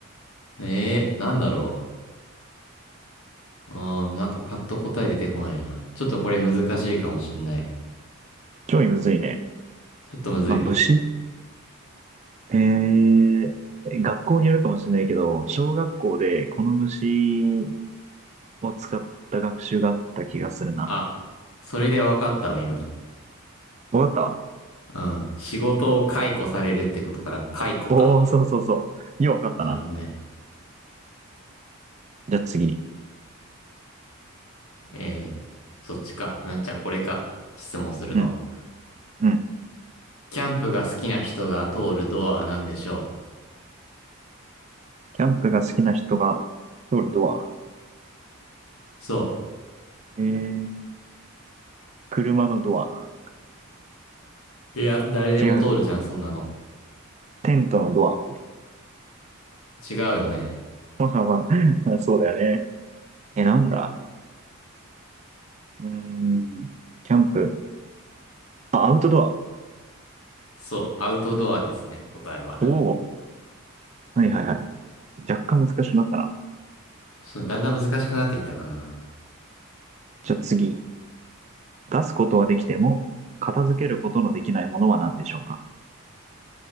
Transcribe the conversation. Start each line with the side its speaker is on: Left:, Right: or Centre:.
Left: えー、なんだろう。うーん、なんかパッと答え出てこないな。ちょっとこれ難しいかもしんない。
Right: ちょいむずいね。
Left: ちょっとむずい
Right: まあ、虫っえー学校によるかもしれないけど、小学校でこの虫を使った学習があった気がするな。
Left: あ、それで分かったわ、今。
Right: わかっ
Left: うん。仕事を解雇されるってことから解雇か。
Right: たおおー、そうそうそう。ようわかったな。
Left: なるほどね。
Right: じゃあ次。
Left: えー、そっちか。うん、じゃあこれか。質問するの。
Right: うん、うん。
Left: キャンプが好きな人が通るドアは何でしょう
Right: キャンプが好きな人が通るドア。
Left: そ
Right: ええ車のドア。
Left: う。いや、誰でも通るじゃん、
Right: 違う。
Left: そんなの。
Right: テントのドア。
Left: 違うよね。
Right: まあまあ、<laughs> そうだよね。え、なんだうーん。キャンプ。あ、アウトドア。
Left: そう、アウトドアですね、答えは。
Right: おお。はいはいはい。若干難しくなったな。
Left: そう、だんだん難しくなってきたかな。
Right: じゃあ次。出すことはできても、片付けることのできないものは何でしょうか